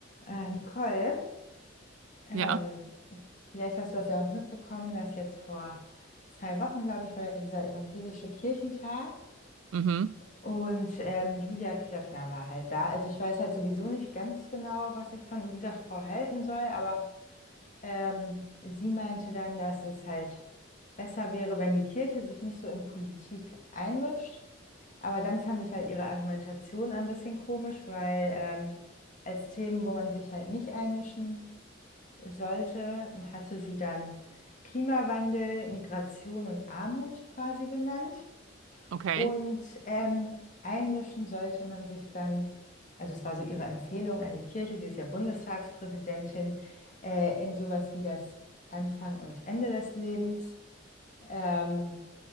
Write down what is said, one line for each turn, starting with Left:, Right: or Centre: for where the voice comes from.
Left: Äh, Nicole, ähm,
Right: Ja,
Left: vielleicht hast du das ja auch mitbekommen, dass jetzt vor zwei Wochen, glaube ich, war ja dieser evangelische Kirchentag
Right: mhm,
Left: und ähm, Julia Klöckner war halt da. Also ich weiß halt sowieso nicht ganz genau, was ich von dieser Frau halten soll, aber ähm, sie meinte dann, dass es halt besser wäre, wenn die Kirche sich nicht so in Politik einmischt. Aber dann fand ich halt ihre Argumentation ein bisschen komisch, weil ähm, als Themen, wo man sich halt nicht einmischen sollte, hatte sie dann Klimawandel, Migration und Armut quasi genannt.
Right: okay.
Left: Und ähm, einmischen sollte man sich dann, also es war so ihre Empfehlung an die Kirche, sie ist ja Bundestagspräsidentin, äh, in sowas wie das Anfang und Ende des Lebens. Ähm,